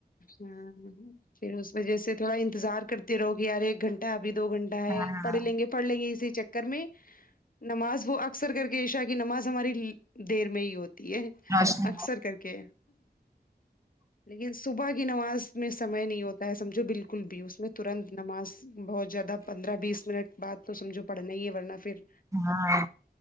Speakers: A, on the left; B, on the right.
A: ہاں پھر اس وجہ سے تھوڑا انتظار کرتے رہو کہ یار ایک گھنٹہ ابھی دو گھن ٹہ ہے
B: ہاں
A: پڑھ لیں گے پڑھ لیں گے اسی چکر میں نماز وہ اکثر کر کے عشاء کہ نماز ہماری دیر میں ہی ہوتی ہے
B: روشنی
A: اکثر کر کے لیکن صبح کی نماز میں سمئے نہیں ہوتا ہے سمجھو بالکل بھی اس میں ترنت نماز بہت زیادہ پندرہ بیس منٹ بعد تو سمجھو پڑھنا ہی ہے ورنہ پھر
B: ہاں